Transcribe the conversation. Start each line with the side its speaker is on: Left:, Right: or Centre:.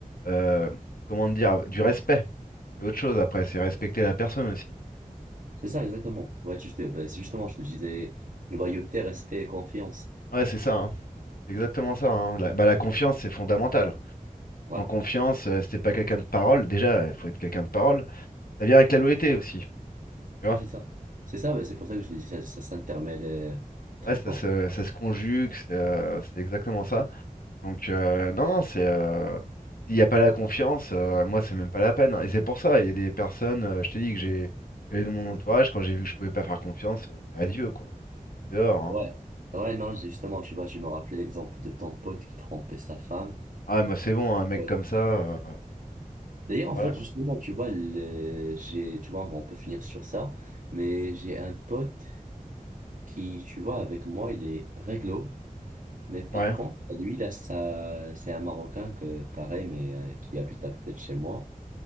Left: euh, comment dire du respect. C'est autre chose après, c'est respecter la personne aussi.
Right: C'est ça, exactement. Ouais, tu- je te- bah, justement, je te disais loyauté, respect et confiance.
Left: Ouais, c'est ça, hein. C'est exactement ça. hein. La, bah, la confiance, c'est fondamental.
Right: Ouais.
Left: En confiance, euh, si t'es pas quelqu'un de parole, déjà, il faut être quelqu'un de parole. Ça vient avec la loyauté aussi, tu
Right: Ouais,
Left: vois.
Right: c'est ça. C'est ça, ouais, c'est pour ça que je te dis, ça, ça s'intermêle euh, très
Left: Ouais, ça
Right: fort.
Left: se, ça se conjugue, c'est euh, c'est exactement ça. Donc euh, non, non, c'est euh, s'il n'y a pas la confiance, euh, moi c'est même pas la peine. hein. Et c'est pour ça, il y a des personnes, euh, je t'ai dit que j'ai j'avais dans mon entourage, quand j'ai vu que je pouvais pas faire confiance, euh, c'est adieu quoi. C'est dehors. hein.
Right: Ouais. Ouais, non, j'ai- justement, tu vois, je me rappelais l'exemple de ton pote qui trompait sa femme.
Left: Ah moi c'est bon, un mec
Right: Ouais.
Left: comme ça, euh,
Right: D'ailleurs, en
Left: voilà
Right: fait, justement,
Left: quoi.
Right: tu vois, le- j'ai, tu vois, on peut finir sur ça, mais j'ai un pote qui, tu vois, avec moi, il est réglo, mais par
Left: Ouais,
Right: contre, lui, là, ça, c'est un Marocain que, pareil, mais euh, qui habite à côté de chez moi.